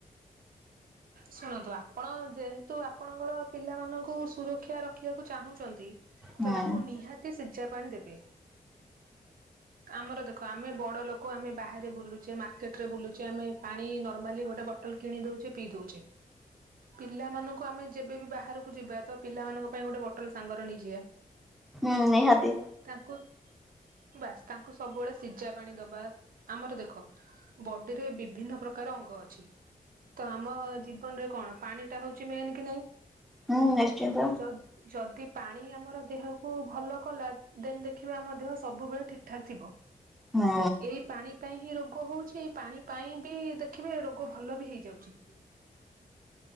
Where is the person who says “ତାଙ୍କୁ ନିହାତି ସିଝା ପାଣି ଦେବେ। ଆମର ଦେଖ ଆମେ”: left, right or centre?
Right